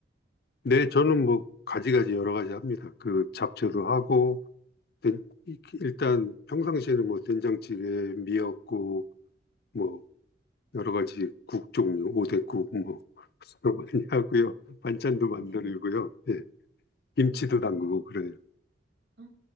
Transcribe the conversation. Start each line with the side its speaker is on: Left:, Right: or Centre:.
Left: 네, 저는 뭐 가지가지 여러 가지 합니다. 그 잡채도 하고 된- 일단 평상시에는 뭐 된장찌개, 미역국 뭐 여러 가지 국 종류, 오뎅국 뭐 <laughs> 많이 하고요. 반찬도 만들고요.
Right: 네.
Left: 예. 김치도
Right: 음.
Left: 담그고 그래요.
Right: 어,